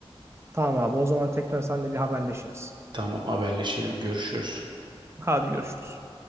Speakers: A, on the right; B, on the right.
A: Tamam abi o zaman tekrar seninle bir haberleşiriz.
B: Tamam haberleşelim görüşürüz.
A: Hadi görüşürüz.